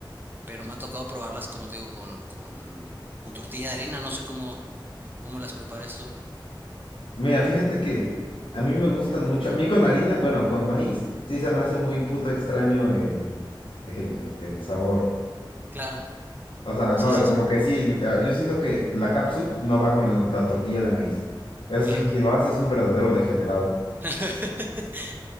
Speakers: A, on the right; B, on the left.
A: pero me ha tocado probarlas, como te digo, con, con, con tortilla de harina, no sé cómo, cómo las prepares tú.
B: Mira, fíjate que a mí me gustan mucho. A mí con harina, bueno, con maíz, sí se me hace muy puto extraño el, el, el sabor.
A: Claro,
B: O sea,
A: sí,
B: no,
A: sí,
B: y como
A: sí,
B: que sí, eh, yo siento que la capsup no va con el- la tortilla de maíz. Eso
A: claro.
B: sí, quien lo hace es un verdadero degenerado.
A: <laughs>